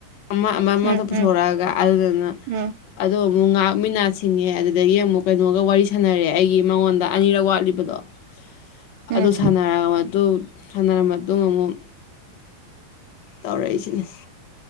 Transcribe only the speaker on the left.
ꯑꯃ ꯑꯃ ꯑꯃꯗ
ꯄꯨꯊꯣꯔꯛꯑꯒ
ꯑꯗꯨꯗꯨꯅ
ꯑꯗꯣ ꯑꯃꯨꯛ ꯉꯥꯛꯃꯤꯟꯅ ꯁꯤꯡꯉꯦ ꯑꯗꯨꯗꯒꯤ ꯑꯃꯨꯛ ꯀꯩꯅꯣꯒ ꯋꯥꯔꯤ ꯁꯥꯟꯅꯔꯦ ꯑꯩ ꯒꯤ ꯃꯉꯣꯟꯗ ꯑꯅꯤꯔꯛ ꯋꯥꯠꯂꯤꯕꯗꯣ <unintelligible>
ꯑꯗꯨ ꯁꯥꯟꯅꯔꯔꯕ ꯃꯇꯨꯡ ꯁꯥꯟꯅꯔꯕ ꯃꯇꯨꯡ ꯑꯃꯨꯛ ꯇꯧꯔꯛꯏꯁꯤꯅꯦ